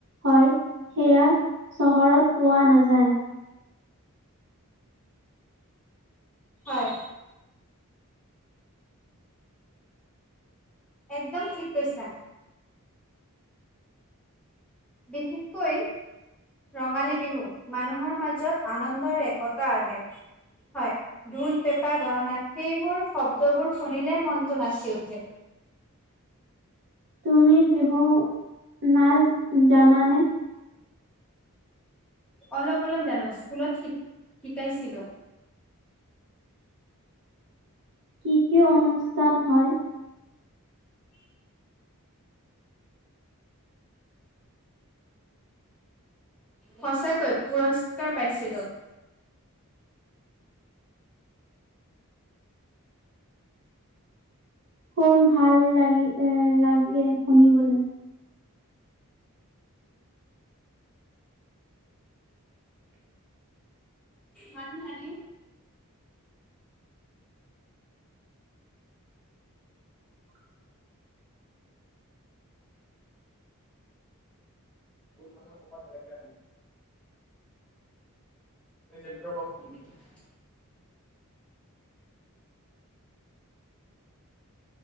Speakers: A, on the right; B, in the centre.
A: হয়, সেয়া চহৰত পোৱা নাযায়।
B: হয়। একদম ঠিক কৈছা। বিশেষকৈ ৰঙালী বিহু মানুহৰ মাজত আনন্দৰ একতা আনে। হয়, ঢোল পেঁপা গণনা সেইবোৰ শব্দবোৰ শুনিলে মনটো নাচি উঠে।
A: তুমি বিহু নাচ জানানে?
B: অলপ অলপ জানো স্কুলত শি-শিকাইছিলো।
A: কি কি অনুষ্ঠান হয়?
B: সচাকৈ পুৰস্কাৰ পাইছিলো।
A: খোপ ভাল লাগি এ লাগে শুনিবলৈ।
B: মানুহ লাগে। <inaudible> <inaudible>